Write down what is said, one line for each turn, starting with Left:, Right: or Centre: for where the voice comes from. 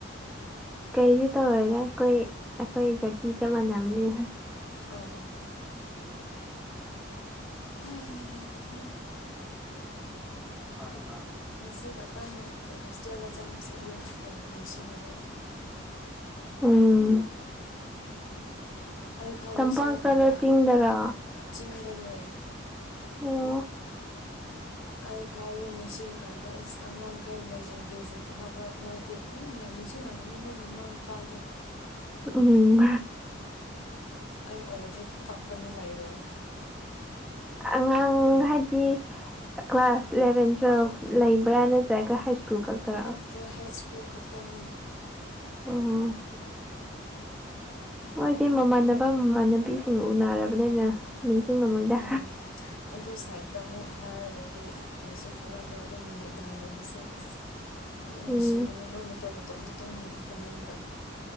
Centre: ꯀꯩꯁꯨ ꯇꯧꯔꯣꯏꯗꯥ ꯑꯩꯈꯣꯏ ꯑꯩꯈꯣꯏ ꯖꯥꯇꯤ ꯆꯞ ꯃꯥꯟꯅꯕꯅꯤꯅ
Left: ꯑꯣ
Centre: <unintelligible>
Left: ꯍ ꯍꯥ
Centre: ꯄꯨꯛ ꯍꯥꯟꯅꯥꯅꯥ
Left: ꯉꯁꯤ ꯈꯛꯇꯪ ꯍꯣꯁꯇꯦꯜꯗ ꯆꯪꯕꯁꯦ ꯑꯩ ꯌꯨꯝ ꯌꯥꯝ ꯅꯤꯡꯁꯤꯡꯉꯦꯕꯣ
Centre: ꯎꯝ
Left: ꯑꯩ ꯐꯥꯎ ꯅꯤꯡꯁꯤꯡꯉꯤꯀꯥꯟꯗ
Centre: ꯇꯝꯄꯥꯛꯇꯔꯥ ꯆꯤꯡꯗꯔꯥ
Left: ꯆꯤꯡꯗꯅꯦ
Centre: ꯑꯣ
Left: ꯑꯩ ꯐꯥꯎ ꯌꯨꯝ ꯅꯤꯡꯁꯤꯡ ꯀꯥꯟꯗ ꯑꯉꯥꯡꯈꯩ ꯅꯥꯖ꯭ꯔꯤ ꯀꯦꯖꯤ ꯀꯥꯕ ꯃꯣꯏꯗꯤ ꯎꯝ ꯌꯥꯝ ꯅꯤꯡꯁꯤꯡꯂꯝꯒꯅꯤ ꯃꯣꯏ ꯃꯃꯥ ꯃꯄꯥꯗꯣ
Centre: ꯎꯝ
Left: ꯑꯩ ꯑꯣꯏꯔꯗꯤ ꯀꯞꯀꯅꯤ ꯂꯩꯔꯣꯏ
Centre: ꯑꯉꯥꯡ ꯍꯥꯏꯗꯤ ꯀ꯭ꯂꯥꯁ ꯏꯂꯕꯦꯟ ꯇꯨꯌꯦꯜ꯭ꯐ ꯂꯩꯕ꯭ꯔꯥ ꯅꯠꯇ꯭ꯔꯒ ꯍꯥꯏ ꯁ꯭ꯀꯨꯜ ꯈꯛꯇꯔꯥ
Left: ꯂꯩꯇꯦ ꯍꯥꯏ ꯁ꯭ꯀꯨꯜ ꯈꯛꯇꯪꯅꯦ
Centre: ꯎꯝ ꯃꯣꯏꯗꯤ ꯃꯃꯥꯟꯅꯕ ꯃꯃꯥꯟꯅꯕꯤꯁꯤꯡ ꯎꯅꯔꯕꯅꯦꯅ ꯅꯤꯡꯁꯤꯡꯉꯝꯃꯣꯏꯗ
Left: ꯎꯝ ꯑꯗꯨ ꯁꯥꯏꯠꯇ ꯑꯃꯨꯛ ꯍꯥꯏꯔꯒꯗꯤ ꯀꯔꯤꯁꯨ ꯈꯜꯂꯝꯃꯣꯏ ꯑꯗꯣ ꯅꯨꯃꯤꯗꯥꯡꯒꯨꯝꯕꯁꯦ ꯑꯁ
Centre: <inaudible>
Left: ꯑꯗꯨ ꯅꯨꯡꯁꯤꯕꯅꯤ
Centre: ꯎꯝ
Left: ꯃꯣꯏ ꯃꯇꯣꯝ ꯃꯇꯣꯝꯗ ꯇꯨꯝꯃꯤꯗꯣ ꯐꯃꯨꯡꯗ